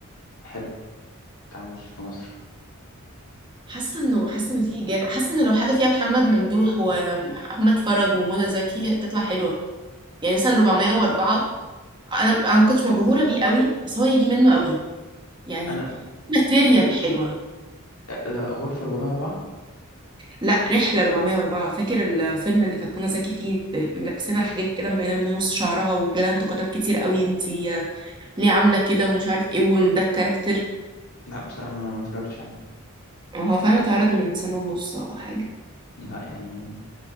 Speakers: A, on the left; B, on the right.
A: حلو اتعمل في مصر
B: حاسه انه حاسه انه في اجابه حاسه انه لو حاجه فيها محمد ممدوح ومحمد فرج ومنى زكي تطلع حلوه يعني مثلا 404 انا انا ما كنتش مبهوره بيه قوي بس هو يجي منه قوي يعني
A: انا
B: ماتيريال حلوه
A: آه، غرفة 404
B: لا رحلة 404 فاكر الفيلم اللي كانت منى زكي فيه ب- ملبسينها حجاب كده مبينة منه نص شعرها وجالها انتقادات كتير قوي انتي آه، ليه عاملة كده ومش عارف ايه وان ده الكاركتر
A: لا بصراحة ما ما اتفرجتش عليه
B: هو فعلا اتعرض من سنة ونص او حاجة
A: لا يعني